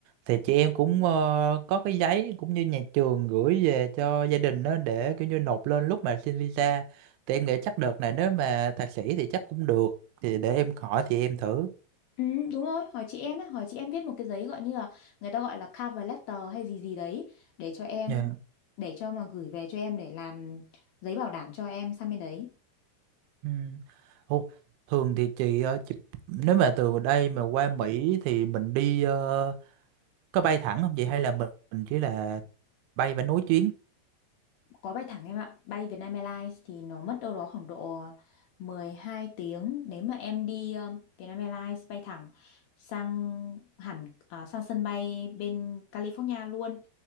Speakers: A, on the right; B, on the left.
A: thì chị em cũng ờ, có cái giấy cũng như nhà trường gửi về cho gia đình đó để kiểu như nộp lên lúc mà xin visa thì em nghĩ chắc đợt này nếu mà thạc sĩ thì chắc cũng được thì để em hỏi thì em thử
B: Ừ, đúng rồi, hỏi chị em á, hỏi chị em viết một cái giấy gọi như là người ta gọi là cover letter hay gì gì đấy để cho em
A: Dạ.
B: để cho mà gửi về cho em để làm giấy bảo đảm cho em sang bên đấy.
A: Ừ. Ồ, thường thì chị, ờ, chị nếu mà từ đây mà qua Mỹ thì mình đi ờ, có bay thẳng không chị hay là mình mình chỉ là bay và nối chuyến
B: có bay thẳng em ạ bay Vietnam Airlines thì nó mất đâu đó khoảng độ 12 tiếng nếu mà em đi um, Vietnam Airlines bay thẳng sang hẳn à, sang sân bay bên California luôn